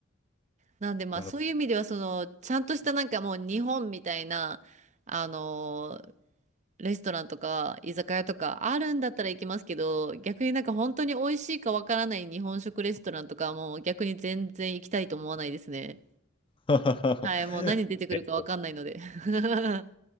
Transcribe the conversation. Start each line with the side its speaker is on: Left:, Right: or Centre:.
Right: なんでまあそういう意味ではそのちゃんとしたなんかもう日本みたいなあのー
Left: なるほ
Right: レストランとか居酒屋とかあるんだったら行きますけど逆になんか本当に美味しいかわからない日本食レストランとかはもう逆に全然行きたいと思わないですね。
Left: ど。<laughs>
Right: はい、もう何出てくるかわかんないので。<laughs> は